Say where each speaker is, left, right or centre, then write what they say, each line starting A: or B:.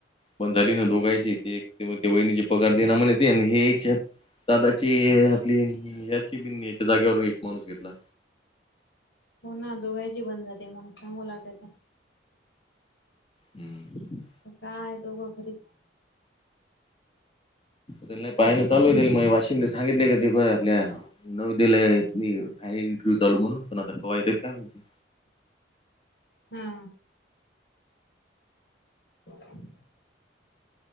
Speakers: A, on the left (about 30°); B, on the left (about 70°).
A: पण झाली ना दोघायची एक एक की म ते वहिणीचे पगार दे ना
B: दो
A: म्हणे ते आणि हे हेच्यात दादाची आपली, याची बि याच्या जाग्यावर एक माणूस घेतला.
B: हो ना दोघायची बंद झाले, म्हणून सांगू लागल्या होत्या.
A: हम्म,
B: त काय दोघं घरीच.
A: ते न पाहाण चालू ये ना त्या म वाशिमला सांगितलेय कधी प ते आपल्या नौओदले येत मी आहे इंटरव्ह्यू चालू म्हणून, पण आता कवा येतात काय माहिती
B: हा, <unintelligible>